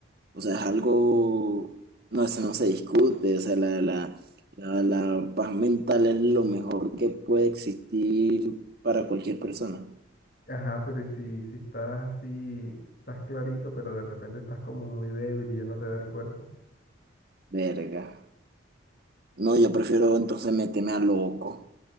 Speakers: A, on the right; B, on the left.
A: o sea, es algo, no, eso no se discute, o sea, la, la, la, la paz mental es lo mejor que puede existir para cualquier persona.
B: Ajá, pero ¿y si, si estás así, estás clarito, pero de repente estás como muy débil y ya no te da el cuerpo.
A: Verga. No, yo prefiero entonces meterme a loco.